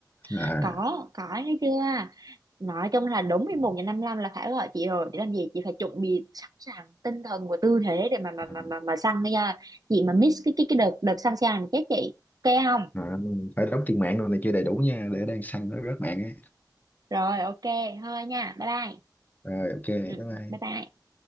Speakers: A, on the right (about 55°); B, on the left (about 20°).
A: <laughs>
B: à,
A: có có nghe chưa nói chung là đúng 11
B: ừ.
A: giờ 55 là phải gọi chị rồi để làm gì chị phải chuẩn bị sẵn sàng tinh thần và tư thế để mà mà mà
B: à,
A: mà, mà săn nha chị mà miss cái cái cái đợt đợt săn sàn chết chị ok không
B: à, phải đóng tiền mạng rồi này kia đầy đủ nha để đang săn nó rớt mạng á
A: rồi ok thôi nha bye bye
B: rồi ok bye
A: ừ,
B: bye
A: bye bye